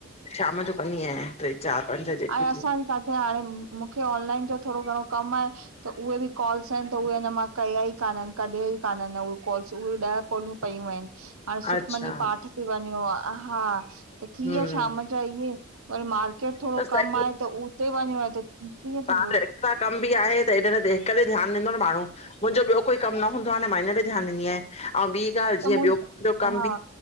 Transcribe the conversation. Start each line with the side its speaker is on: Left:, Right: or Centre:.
Left: शाम जो कंदी आयां ट्रे चार, पंज जेकियूं
Right: ऐं असां
Left: थियूं
Right: बि काथे हाणे मुखे ऑनलाइन जो थोरो घणो कम आहे। त उहे बि कॉल्स आहिन त उहे अन मां कया ई कानन कॾहिं ई कानन उहे उहे ॾह कॉलियूं पयूं आहिन हाणे सुखमनी
Left: अच्छा
Right: पाठ ते वञणो आ ल, हा त थी विया
Left: हम्म
Right: शाम जा इहे वरी मार्केट थोरो
Left: त
Right: कम
Left: सही
Right: आहे त उते वञणो आहे त कीअं
Left: तव्हांजो
Right: थींदो
Left: कम बि आहे त हेॾ हिक ते ध्यान ॾींदो न माण्हू। मुंजो ॿियो कोई कम न हूंदो आ न मां हिन ते ध्यान ॾींदी आयां अऊं ॿी ॻाल्ह
Right: त
Left: जीअं
Right: मूं
Left: ॿियो कम
Right: हा
Left: बि